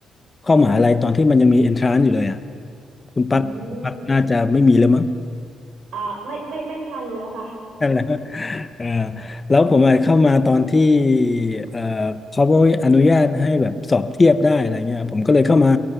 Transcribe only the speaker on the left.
เข้ามหาลัยตอนที่มันยังมีเอนทรานซ์อยู่เลยอ่ะคุณปักปักน่าจะไม่มีแล้วมั้ง
นั่นแหละเออแล้วผมอะเข้ามาตอนที่เออเขาอนุญาตให้แบบสอบเทียบได้อะไรเงี้ยผมก็เลยเข้ามา